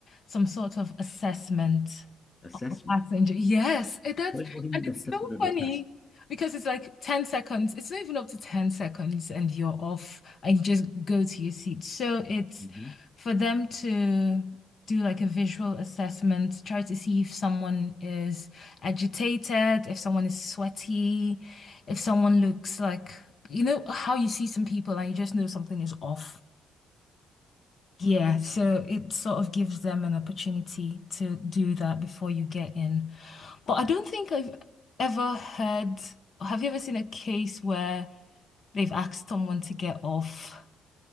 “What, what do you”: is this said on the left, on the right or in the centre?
Left